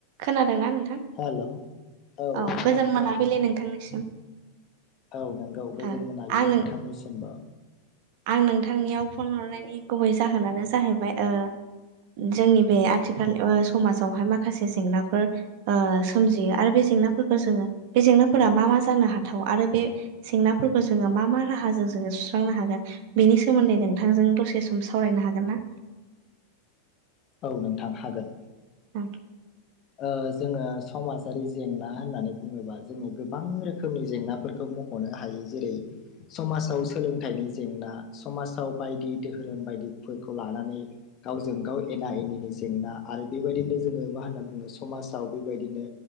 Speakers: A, on the right (about 45°); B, on the left (about 35°).
A: खोनादोंना नोंथां
B: हेल' औ
A: औ
B: नोंथां
A: गोजान
B: खोनादों
A: मोनाबिलि नोंथांनिसिम।
B: औ नंगौ गोजोन
A: ओ
B: मोनाबिलि
A: आं नों
B: नोंथांनिसिमबो
A: आं नोंथांनियाव फन हरनायनि गुबै जाहोनानो जाहैबाय ओ जोंनि बे आथिखाल ओ समाजावहाय माखासे जेंनाफोर ओ सोमजियो आरो बे जेंनाफोरखौ जोङो बे जेंनाफोरा मा मा जानो हाथाव आरो बे जेंनाफोरखौ जोङो मा मा राह जो जोङो सुस्रांनो हागोन। बेनि सोमोन्दै नोंथांजों दसे सम सावरायनो हागोन ना?
B: औ नोंथां हागोन।
A: ओ
B: ओ जोङो समाजारि जेंना होननानै बुङोबा जोङो गोबां रोखोमनि जेंनाफोरखौ मखनो हायो जेरै समाजाव सोलोंथाइनि जेंना समाजाव बायदि धोरोम बाय दि फोरखौ लानानै गावजों गाव एना एनिनि जेंना आरो बेबायदिनो जोङो मा होनो ओ समाजाव बेबायदिनो